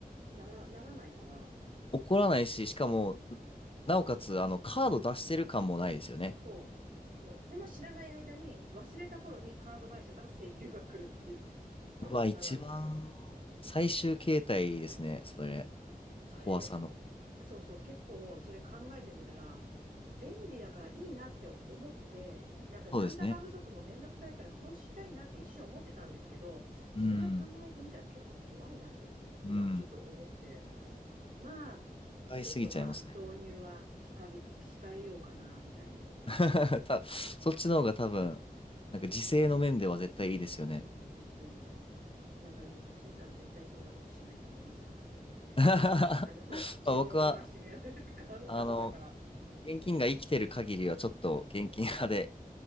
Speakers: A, on the right; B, on the left.
A: なら、ならないから、
B: 怒らないし、しかも、なおかつ、あの、カード出してる感もないですよね。
A: そう。もう、でも知らない間に、忘れた頃にカード会社から請求が来るっていうね。多分そんななるんですよ。
B: うわ、一番最終形態ですね。それ。
A: そう。それ、
B: 怖さの。
A: そうそう、結構それ考えてみたら、便利だからいいなって思って、なんか残高不足もめんどくさいからそうしたいなって一瞬思ってたんですけど、
B: そうですね。うん。
A: それは考えてみたら結構怖いなって今ちょっと思って、
B: うん。
A: まあ、
B: 使いすぎちゃいますね。
A: ちょっとまあ、導入は控え、控えようかな、みたいに思ってますけどね。
B: <laughs> た、そっちの方が多分、
A: うん
B: なんか時勢の面では絶対いいですよね。
A: うん、絶対いいと思う。だからあれですよ、しんさんは絶対そんなことしないと思いますよ。
B: <laughs> ま
A: じあの、自分を戒められる方方だから。
B: あ僕は、あの、現金が生きてる限りはちょっと現金派で
A: うん、